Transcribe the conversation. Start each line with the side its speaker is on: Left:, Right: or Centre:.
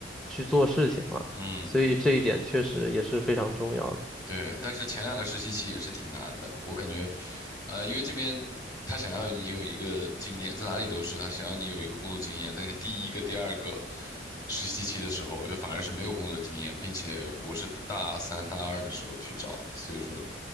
Centre: 去做事情嘛。
Left: 嗯，
Centre: 所以这一点确实也是非常重要的。
Left: 对。但是前两个实习期也是挺难的，我感觉，呃，因为这边他想要你有一个经验，在哪里都是他想要你有一个工作经验，但是第一个、第二个实习期的时候，又反而是没有工作经验，并且我是大三、大二的时候去找的，所以说